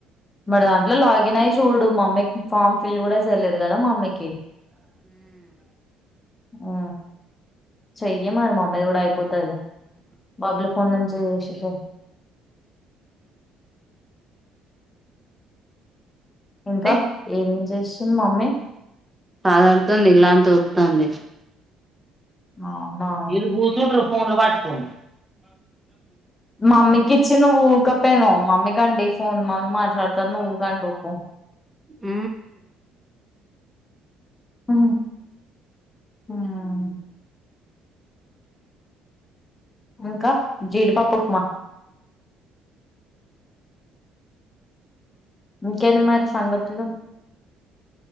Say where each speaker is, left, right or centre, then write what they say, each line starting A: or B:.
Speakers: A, on the left (about 25°); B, on the right (about 15°).
A: మరి దాంట్లో లాగిన్ అయి చూడు మామ్మీకి ఫామ్ ఫిల్ కూడా చేర్లేదు కదా మమ్మీకి ఉ చెయ్యి మరి మమ్మీ ది కూడా అయిపోతది బాపుల ఫోన్ నుంచి చేసేషేయి ఇంకా
B: రే
A: ఏమేం చే చిన్ మమ్మే
B: అదన్ తుంది ఇల్లా ఉపుతుంది
A: అవునా
B: ఇల్ కుసుంట్రు ఫోన్ లు వాట్కోనీ
A: మమ్మి కిచ్చి నువు ఊకపెనవు మమ్మి గండి ఫోన్ మ మాట్లాడతారు నువ్వు ఉకంట ఉకు
B: ఉ
A: ఆ య ఇంకా జీడిపప్పు ఉప్మా ఇకెని మరి సంగతులు